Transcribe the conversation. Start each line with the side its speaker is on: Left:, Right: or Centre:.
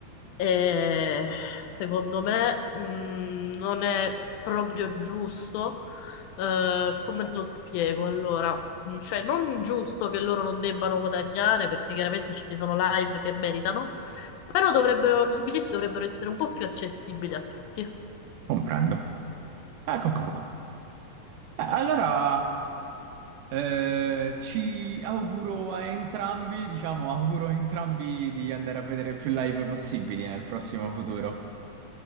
Left: e secondo me, mh, non è proprio giusto. Eh, come te lo spiego? Allora, mh, cioè, non giusto che loro non debbano guadagnare perché chiaramente ci sono live che meritano, però dovrebbero, i biglietti dovrebbero essere un po' più accessibili a tutti.
Right: Comprendo. Eh, concordo. Eh, allora... Eh, ci auguro a entrambi, diciamo, auguro a entrambi di andare a vedere più live possibili nel prossimo futuro.